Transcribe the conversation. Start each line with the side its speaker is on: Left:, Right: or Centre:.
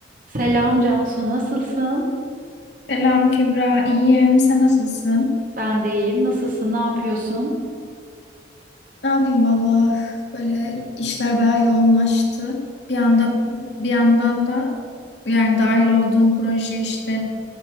Right: Selam Cansu, nasılsın?
Left: Selam Kübra, iyiyim. Sen nasılsın?
Right: Ben de iyiyim. Nasılsın? Ne yapıyorsun?
Left: Ne yapayım valla böyle işler bayağı yoğunlaştı. Bir anda bir yandan da yani dahil olduğum proje işte